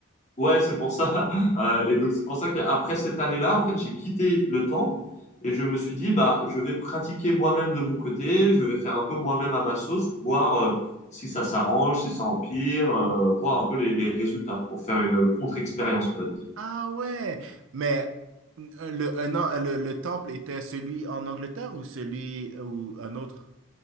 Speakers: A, on the left (about 35°); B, on the right (about 70°).
A: ouais, c'est pour ça. <laughs> Euh, et donc, c'est pour ça qu'après cette année-là, en fait, j'ai quitté le temple et je me suis dit, bah, je vais pratiquer moi-même de mon côté, je vais faire un peu moi-même à ma sauce, voir euh, si ça s'arrange, si ça empire, euh, voir un peu les, les résultats pour faire une contre-expérience, on va dire.
B: Ah ouais, mais euh, le, un an- le, le temple était celui en Angleterre ou celui euh, ou un autre?